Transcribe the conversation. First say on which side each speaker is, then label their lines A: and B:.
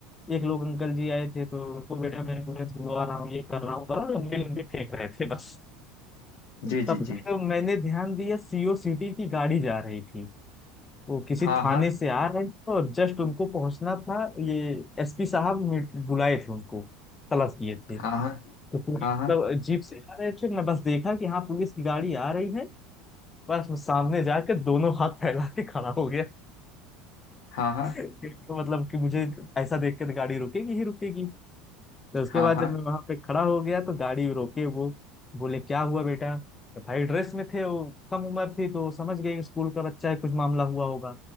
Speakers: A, on the left; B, on the left.
A: एक लोग अंकल जी आए थे तो उनको बेटा मैं एम्बुलेंस बुलवा रहा हूँ ये कर रहा हूँ कर रहा हूँ लंबी लंबी फेंक रहे थे बस
B: जी
A: तब
B: जी
A: जाके
B: जी
A: मैंने ध्यान दिया सीओ सिटी की गाड़ी जा रही थी वो किसी
B: हाँ
A: थाने
B: हाँ
A: से आ रहे थे और जस्ट उनको पहुंचना था ये एसपी साहब मीट- बुलाए थे उनको तलब किए थे
B: हाँ हाँ
A: तो पूरी मतलब
B: हाँ
A: जीप से आ रहे थे मैं बस देखा कि हाँ पुलिस की गाड़ी आ रही है बस मैं सामने जाकर दोनों हाथ फैला के खड़ा हो गया
B: हाँ हाँ
A: <laughs>
B: हाँ
A: तो मतलब कि मुझे ऐसा देख के तो गाड़ी रुकेगी ही रुकेगी तो उसके
B: हाँ
A: बाद
B: हाँ
A: जब मैं वहां पे खड़ा हो गया तो गाड़ी रोके वो बोले क्या हुआ बेटा तो भाई ड्रेस में थे वो कम उम्र थी तो समझ गए कि स्कूल का बच्चा है कुछ मामला हुआ होगा